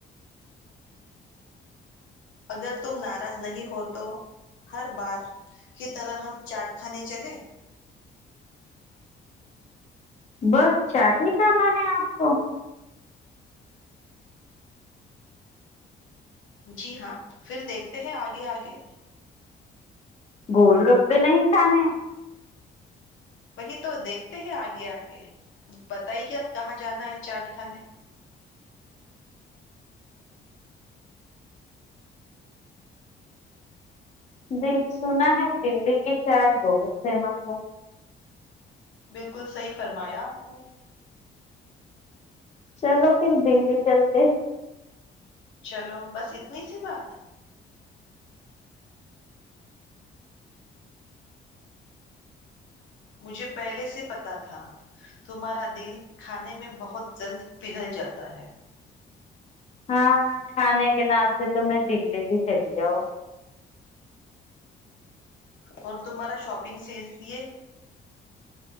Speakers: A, on the left (about 75°); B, on the left (about 35°).
A: اگر تم ناراض نہیں ہو تو ہر بار کی طرح ہم چاٹ کھانے چلیں
B: بس چاٹ ہی کاننا ہے آپ کو
A: جی ہاں پھر دیکھتے ہیں آگے آگے
B: گول گپے نہیں کھانے
A: وہی تو دیکھتے ہیں آگے آگے پت ہی اب کہاں جانا ہے چاٹ خانے
B: دل سنا ہے دلی کی چاٹ بہت فیمس ہے
A: بالکل صحیح فرمایا آپ نے
B: چلو پھر دنلی چلتے
A: چلو بس اتنی سی بات مجھے پہلے سے پتا تھا تمہارا دل کھانے میں بہت جلد پگھل جاتا ہے
B: ہاں کھانے کے نام سے تو میں دلی بھی چلی جاؤں
A: اور تمہارا شاپنگ سے اس لیے